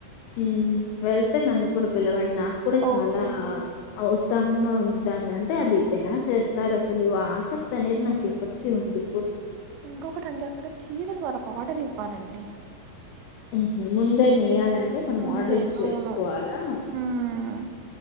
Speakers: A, on the left; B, on the right.
A: హ్మ్ వెళ్తే నన్ను కూడా పిలవండి నాకు కూడ
B: ఓకే
A: చాలా
B: అండి
A: అవ్ ఉత్సహంగ ఉంది దాని అంటే అది ఎలా చేస్తారు అసలు ఆ ఆసక్తి అనేది నాకు ఎప్పటికీ ఉంది
B: ఇంకొకటండి అక్కడ చీరలు వాళ్ళకి ఆర్డర్ ఇవ్వాలండి
A: ఉహు ముందే నెయ్యాలంటే
B: ఉమ్,
A: మనం
B: ముందే
A: ఆర్డర్ ఇచ్చి చేసుకోవాలా
B: అవును ఉమ్